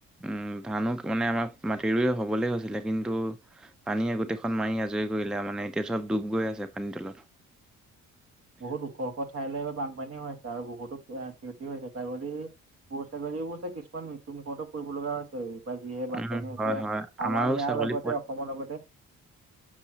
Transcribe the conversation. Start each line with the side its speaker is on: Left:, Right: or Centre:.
Centre: উম, ধানো ক মানে আমাৰ মাটি‌ ৰুই হবলৈ হৈছিলে কিন্তু, পানীয়ে গোটেইখন মাৰি আজৰি কৰিলে আৰু মানে এতিয়া চব ডুব গৈ আছে পানী তলত।
Right: বহুত ওখ, ওখ, ঠাইলৈ এইবাৰ বানপানী হৈছে আৰু বহুতো ক্ষতি হৈছে ছাগলী- গৰু ছাগলীবোৰ যে কিছুমান মৃত্যু মুখতো পৰিব লগা হৈছে। বা যিহে বানপানী
Centre: উম
Right: হৈছে।
Centre: হয় হয় আমাৰো
Right: আমাৰ ইয়াৰ
Centre: ছাগলী
Right: লগতে, অসমৰ লগতে-